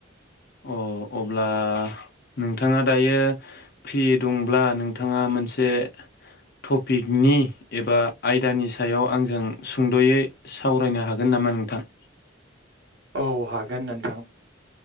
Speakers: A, on the left (about 55°); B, on the right (about 60°).
A: अ अब्ला नोंथाङा दायो फ्रि दंब्ला नोंथाङा मोनसे टपिकनि एबा आयदानि सायाव आंजों सुंदयै सावरायनो हागोन नामा नोंथां?
B: औ हागोन नोन्थां।